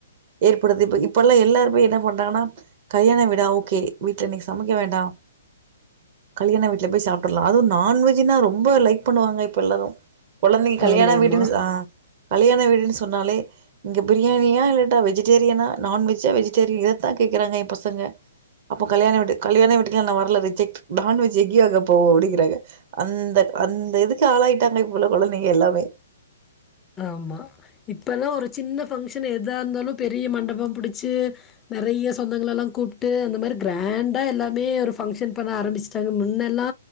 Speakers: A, on the right (about 45°); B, on the left (about 15°).
A: ஏற்படுது. இப்ப இப்பல்லா எல்லாருமே என்ன பண்றாங்கனா? கல்யாணவீடா ஒக்கே வீட்ல இன்னிக்கி சமைக்க வேண்டா. கல்யாண வீட்ல போய் சாப்ட்லா. அது நாண்வெஜ்ஜுனா ரொம்ப லைக் பண்ணுவாங்க. இப்ப எல்லாரு. கொழந்தைங் கல்யாண
B: ஆமாமா.
A: வீடுன்னு சா ஆ கல்யாண வீடுன்னு சொன்னாலே இங்க பிரியாணியா? இல்லட்டா வெஜ்டேரியனா? நான்வெஜ்ஜா வெஜிடேரி இதத்தா கேட்கறாங்க எ பசங்க. அப்போ கல்யாண வீடு கல்யாண வீட்டுக்கெல்லா நா வர்ல. ரிஜெக்ட் நான்வெஜ் எங்கயோ அங்க போவோ அப்டிங்றாங்க. அந்தக் அந் க்கு ஆளாய்ட்டாங்க. இப்புள்ள கொழந்தைங்க எல்லாமே.
B: ஆமா இப்பல்லா ஒரு சின்ன ஃபங்க்ஷன் எதா இந்தாலு பெரிய மண்டபோ புடிச்சு நெறையா சொந்தங்கள எல்லாங் கூப்ட்டு அந்த மாரி கிராண்டா எல்லாமே ஒரு ஃபங்க்ஷன் பண்ண ஆரம்பிச்சுட்டாங்க. முன்னல்லா